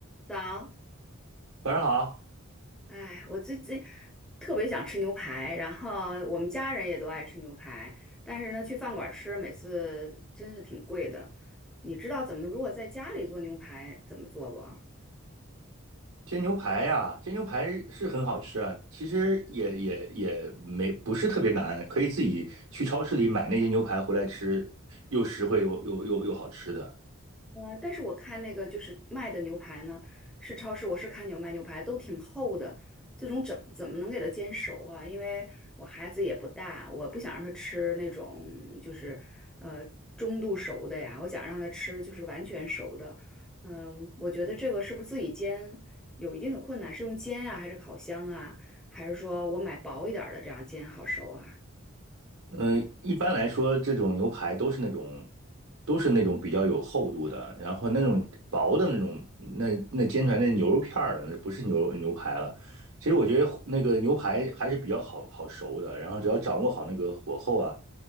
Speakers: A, in the centre; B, on the right.
A: 早，
B: 早上好，
A: 哎，我最近特别想吃牛排，然后我们家人也都爱吃牛排，但是呢，去饭馆吃每次真是挺贵的。你知道怎么如果在家里做牛排怎么做不？
B: 煎牛排呀、煎牛排是很好吃啊，其实也也也没不是特别难，可以自己去超市里买那些牛排回来吃，又实惠又又又又好吃的。
A: 呃，但是我看那个就是卖的牛排呢，是超市，我是看牛卖牛排都挺厚的，这种怎怎么能给它煎熟啊？因为我孩子也不大，我不想让他吃那种就是呃中度熟的呀，我想让他吃就是完全熟的。嗯、我觉得这个是不是自己煎有一定的困难？是用煎啊，还是烤箱啊，还是说我买薄一点儿的这样煎好熟啊？
B: 嗯、一般来说，这种牛排都是那种都是那种比较有厚度的，然后那种薄的那种，那那煎出来那牛肉片儿了，那不是牛牛排了。其实我觉得那个牛排还是比较好好熟的，然后只要掌握好那个火候啊，